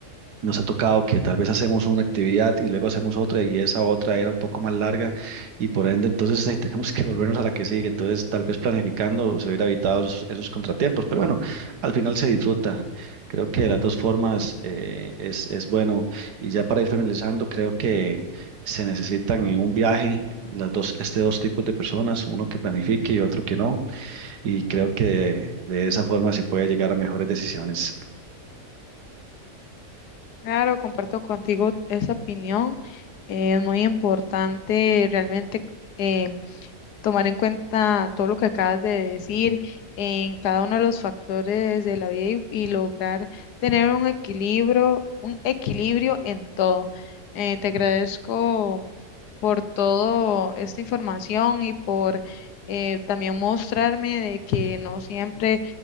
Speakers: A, on the right; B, on the left.
A: nos ha tocado que tal vez hacemos una actividad y luego hacemos otra y esa otra era un poco más larga y por ende entonces eh, tenemos que volvernos a la que sigue. Entonces tal vez planificando se hubiera evitado esos, esos contratiempos, pero bueno, al final se disfruta. Creo que de las dos formas eh, es, es bueno. Y ya para ir finalizando, creo que se necesitan en un viaje las dos, este dos tipos de personas, uno que planifique y otro que no. Y creo que de esa forma se puede llegar a mejores decisiones.
B: Claro, comparto contigo esa opinión. eh, es muy importante realmente eh, tomar en cuenta todo lo que acabas de decir en cada uno de los factores de la vida y, y lograr tener un equilibrio, un equilibrio en todo. Eh, te agradezco por toda esta información y por eh, también mostrarme de que no siempre